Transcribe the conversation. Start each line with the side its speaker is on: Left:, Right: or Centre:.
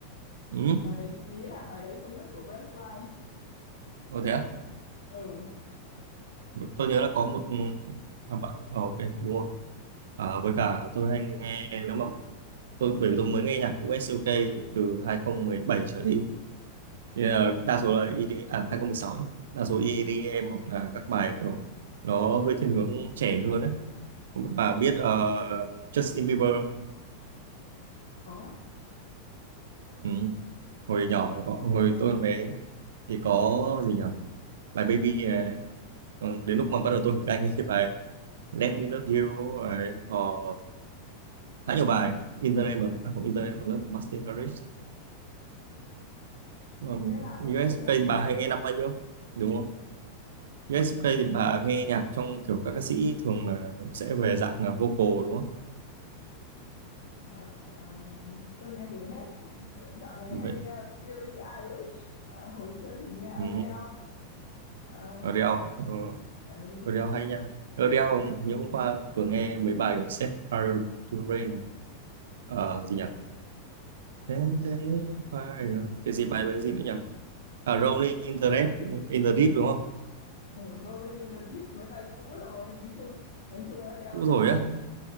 Right: ừ.
Left: bài đấy ý là bài đấy không phải của Westlife
Right: Ồ, thế à?
Left: ừ
Right: tôi nhớ là có một ừ, à, bạn ờ, ok đúng rồi à, với cả tôi hay nghe nếu mà tôi bởi vì tôi mới nghe nhạc của SUK từ 2017 trở đi thì, ờ, đa số là i đi à 2016 ấy. đa số i đi em hoặc là các bài kiểu nó hơi thiên hướng trẻ hơn đấy bà biết ờ, Justin Bieber không?
Left: có
Right: ừ. hồi nhỏ
Left: Justin
Right: nó có hồi
Left: Bieber
Right: tôi còn bé thì có gì nhỉ bài Baby ờ, ừ, đến lúc mà bắt đầu tôi học anh thì bài Let Me Love You rồi họ khá nhiều bài Internet mà à, không Internet mà nó của Martin Garrix um,
Left: thế là ông
Right: USK
Left: nghe nhạc mới
Right: thì bà hay nghe năm bao nhiêu đúng không USK thì bà nghe nhạc trong kiểu các ca sĩ thường là sẽ về dạng là vocal đúng không
Left: Ờ, ờ, tôi nghe đủ hết dạo này
Right: đúng
Left: hay
Right: vậy
Left: nghe Billie Eilish Ờ, hồi xưa thì nghe Adele
Right: ừ.
Left: Ờ,
Right: Adele ờ,
Left: ừ,
Right: Rodeo hay nha. Rodeo hôm- như hôm qua vừa nghe mấy bài của Set Fire to Rain này. Ờ, gì nhỉ? Then they fire. Cái gì bài với gì nữa nhỉ? À, Rolling in the Deep, in the Deep đúng không?
Left: ừ, Rolling in the Deep mấy bài cũ rồi nói chung nói chung Adele
Right: Cũ
Left: bây
Right: rồi
Left: giờ
Right: á.
Left: cũng